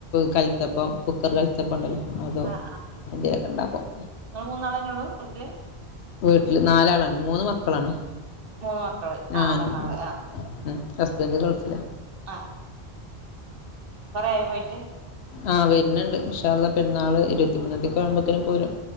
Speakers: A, on the left (about 80°); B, on the right (about 60°).
A: കൽത്തപ്പം കുക്കർല് കലുത്തപ്പം ഇണ്ടല്ലോ അതോ
B: ആഹ് ആ
A: എന്തേലൊക്കെ ഇണ്ടാക്കും
B: നിങ്ങള് മൂന്നാളെന്നേ ഒള്ളൂ? കുട്ട്യള്
A: വീട്ടില് നാലാളാണ് മൂന്ന് മക്കളാണ്
B: മൂന്ന് മക്കള്
A: ഞാനും
B: ആ മൂന്നാള് ആ
A: ഉം ഹസ്ബൻഡ് ഗൾഫിലാ
B: ആ കൊറേ ആയോ പോയിട്ട്?
A: ആ വരുന്നുണ്ട് ഇൻഷാ അള്ളാ പെരുന്നാള് ഇരുവത്തിമൂന്നാന്തി യൊക്ക ആവുമ്പോത്തിന് പോരും